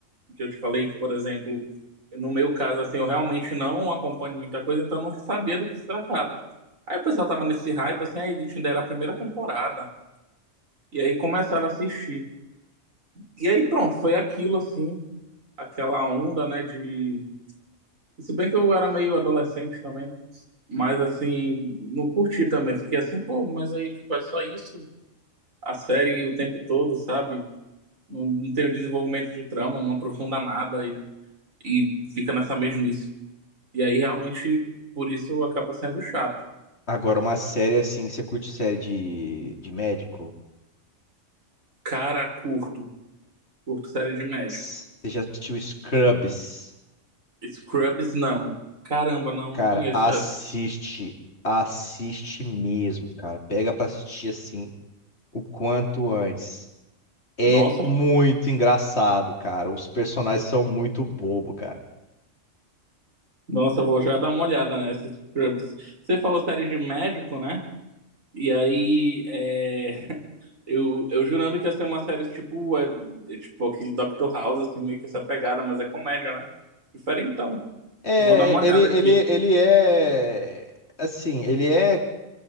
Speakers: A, on the right; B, on the left.
A: que eu te falei que, por exemplo, no meu caso, assim, eu realmente não acompanho muita coisa, então eu não sabia do que se tratava. Aí o pessoal tava nesse hype, assim, a Elite ainda era a primeira temporada. E aí começaram a assistir. E aí pronto, foi aquilo assim, aquela onda, né, de... e Se bem que eu era meio adolescente também, mas assim, não curti também. Fiquei assim, pô, mas aí, tipo, é só isso? A série o tempo todo, sabe? Não, não tem o desenvolvimento de trama, não aprofunda nada e, e fica nessa mesmice. E aí realmente, por isso acaba sendo chato.
B: Agora, uma série assim, você curte série de, de médico?
A: Cara, curto. Curto série de médico.
B: Você já assistiu Scrubs?
A: Scrubs, não. Caramba, não,
B: Cara,
A: não conheço
B: assiste.
A: essa.
B: Assiste mesmo, cara. Pega pra assistir assim o quanto antes. É
A: Nossa,
B: muito engraçado, cara. Os personagens são muito bobo, cara.
A: Nossa, eu vou já dar uma olhada nessa Scrubs. Você falou série de médico, né? E aí, é, eu, eu jurando que ia ser uma série tipo, é, é tipo aquele Doctor House, assim, meio que essa pegada, mas é comédia, né? Diferentão.
B: É,
A: Vou dar uma
B: ele,
A: olhada
B: ele,
A: aqui.
B: ele é assim, ele é,